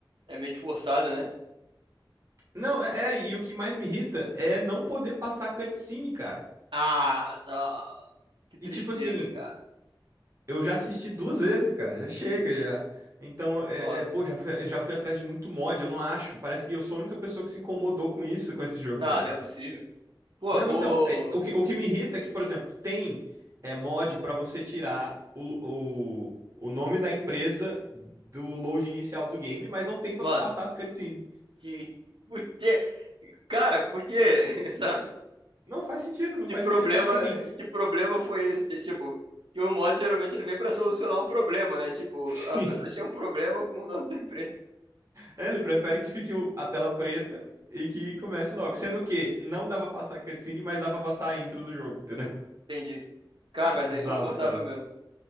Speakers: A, on the right (about 80°); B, on the right (about 40°).
A: é meio que forçada, né?
B: Não, é, é, e o que mais me irrita é não poder passar cutscene, cara.
A: Ah, não. Que tristeza,
B: E tipo assim,
A: cara.
B: eu já assisti duas vezes, cara, já chega já. Então, é,
A: Mano.
B: é, pô, já fui, eu já fui atrás de muito mod, eu não acho. Parece que eu sou a única pessoa que se incomodou com isso, com esse jogo,
A: Não,
B: cara.
A: não é possível. Pô,
B: Não,
A: o.
B: então, é, o que, o que me irrita é que, por exemplo, tem é, mod pra você tirar o, o, o nome da empresa do load inicial do game, mas não tem pra
A: Mano,
B: tu passar as cutscenes.
A: Que, porque, cara, porque, <laughs> sabe?
B: Não faz sentido, não
A: Que
B: faz
A: problema,
B: sentido. É tipo assim,
A: que problema foi esse? Que, tipo, que o mod geralmente ele vem pra solucionar um problema, né? Tipo,
B: <laughs> sim,
A: a pessoa tinha um problema com o nome da empresa.
B: ele prefere que fique o- a tela preta e que comece logo. Sendo que não dá pra passar cutscene, mas dá pra passar a intro do jogo, entendeu?
A: Entendi. Cara,
B: <laughs>
A: mas é
B: Bizarro,
A: insuportável
B: bizarro.
A: mesmo.